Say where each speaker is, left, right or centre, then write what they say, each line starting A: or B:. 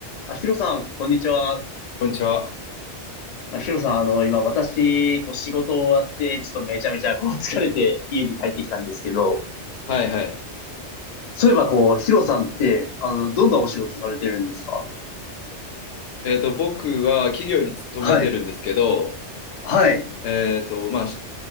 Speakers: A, on the left; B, on the left.
A: あ、ヒロさん、こんにちは。
B: こんにちは。
A: あ、ヒロさん、あの、今、私、こう、仕事終わって、ちょっとめちゃめちゃ、こう、疲れて家に帰ってきたんですけど、
B: はいはい。
A: そういえば、こう、ヒロさんって、あの、どんなお仕事されてるんですか
B: えっと、僕は企業に勤めてるんですけど、
A: はい、はい、
B: えっと、まあ、し